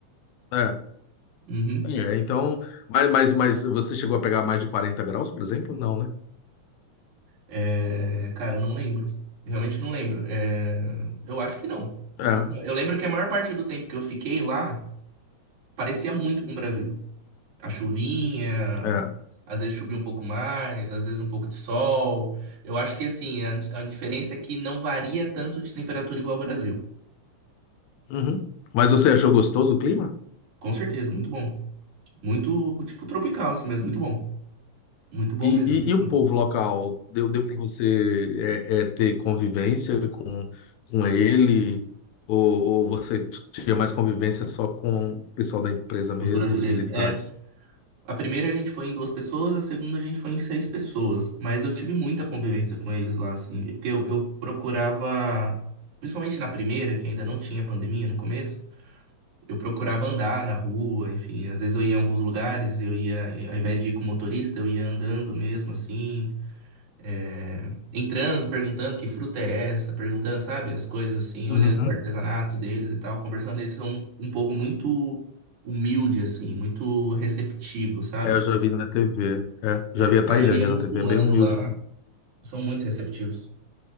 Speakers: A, on the left; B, on the right.
A: É.
B: Uhum.
A: É, então, mas, mas, mas você chegou a pegar mais de 40 graus, por exemplo? Não, né?
B: É, cara, não lembro. Realmente não lembro. É, eu acho que não.
A: É,
B: Acho que não. Eu lembro que a maior parte do tempo que eu fiquei lá parecia muito com o Brasil. A chuvinha,
A: é.
B: às vezes chovia um pouco mais, às vezes um pouco de sol. Eu acho que, assim, a, a diferença é que não varia tanto de temperatura igual ao Brasil.
A: Uhum. Mas você achou gostoso o clima?
B: Com certeza, muito bom. Muito, tipo, tropical, assim mesmo, muito bom. Muito bom
A: E,
B: mesmo, assim,
A: e, e o povo local? Deu, deu para você é, é, ter convivência com, com ele? Ou, ou você tinha mais convivência só com o pessoal da empresa mesmo,
B: os brasileiros.
A: os militares?
B: É, a primeira a gente foi em duas pessoas, a segunda a gente foi em seis pessoas, mas eu tive muita convivência com eles lá, assim, porque eu, eu procurava, principalmente na primeira, que ainda não tinha pandemia no começo, eu procurava andar na rua, enfim, às vezes eu ia em alguns lugares, eu ia, ao invés de ir com motorista, eu ia andando mesmo, assim, é, entrando, perguntando que fruta é essa, perguntando, sabe, as coisas assim,
A: Uhum.
B: olhando o artesanato deles e tal, conversando. Eles são um um povo muito humilde, assim, muito receptivo, sabe?
A: É, eu já vi na TV. É, já
B: É,
A: vi
B: A
A: a Tailândia
B: maioria é muçulmano
A: na TV, é bem humilde.
B: lá, são muito receptivos.